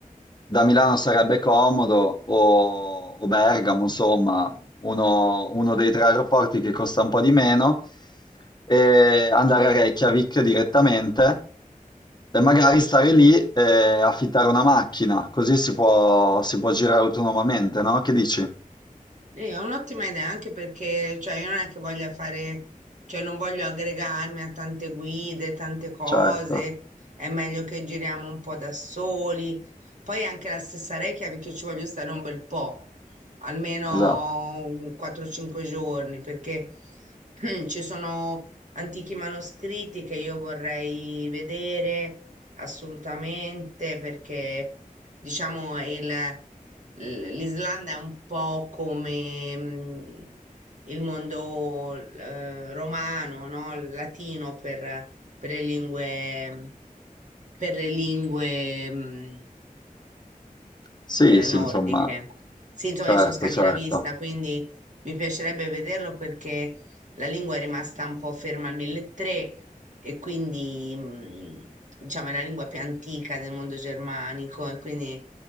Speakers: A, on the left (about 30°); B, on the right (about 55°).
A: da Milano sarebbe comodo o, o Bergamo, insomma, uno, uno dei tre aeroporti che costa un po' di meno, e andare a Reykjavik direttamente e magari stare lì e affittare una macchina, così si può, si può girare autonomamente, no? Che dici?
B: Sì, è un'ottima idea anche perché, cioè, io non è che voglia fare, cioè, non voglio aggregarmi a tante guide, tante cose,
A: Certo,
B: è meglio che giriamo un po' da soli. Poi anche la stessa Reykjavik ci voglio stare un bel po', almeno
A: esatto.
B: un 4-5 giorni, perché <clears throat> ci sono antichi manoscritti che io vorrei vedere assolutamente perché diciamo il, l- l'Islanda è un po' come mm, il mondo eh, romano, no? Il latino per, per le lingue per le lingue mm,
A: Sì,
B: eh,
A: sì,
B: nordiche.
A: insomma,
B: Sì, insomma,
A: certo,
B: io sono scandinavista,
A: certo.
B: quindi mi piacerebbe vederlo perché la lingua è rimasta un po' ferma al 1300 e quindi, mh, diciamo, è la lingua più antica del mondo germanico e quindi